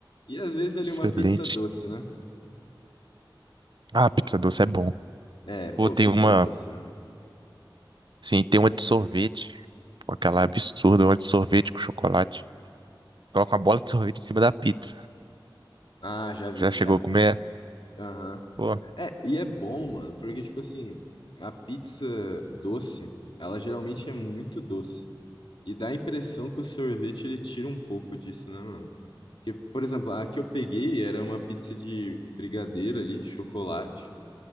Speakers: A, on the left (about 70°); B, on the right (about 65°).
A: E às vezes ali
B: Excelente.
A: uma pizza doce, né?
B: Ah, pizza doce é bom.
A: É, pô,
B: Pô, tem
A: pizza
B: uma.
A: doce.
B: Sim, tem uma de sorvete. Pô, Aquela absurda, uma de sorvete com chocolate. Coloca uma bola de sorvete em cima da pizza.
A: Ah, já vi,
B: Já chegou
A: já.
B: a comer?
A: Aham.
B: Pô,
A: É, e é bom, mano, porque, tipo assim, a pizza doce, ela geralmente é muito doce. E dá a impressão que o sorvete, ele tira um pouco disso, né, mano? Porque, por exemplo, a que eu peguei era uma pizza de brigadeiro ali, chocolate,